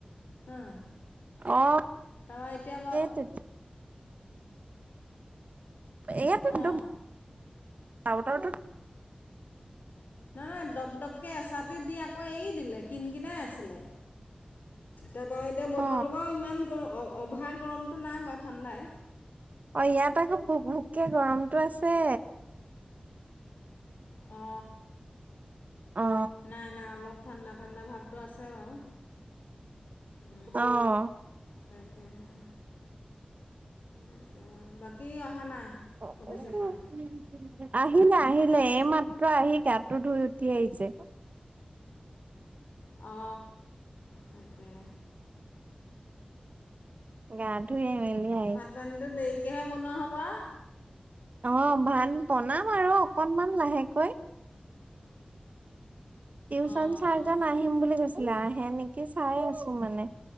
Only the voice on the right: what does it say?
অ
সেইটোতো এয়াতো একদম
বতৰটো।
অ
অ ইয়াত আকৌ ভোক ভোককে গৰমটো আছে।
অ
অ
<unintelligible>
আহিলে আহিলে এইমাত্ৰ আহি গাটো ধুই উঠি আহিছে।
গা ধুইয়ে মেলিয়ে।
অ ভাত বনাম আৰু অকনমান লাহেকৈ। টিউচন
চাৰজন
আহিম বুলি কৈছিলে আহে নেকি চাই আছো মানে।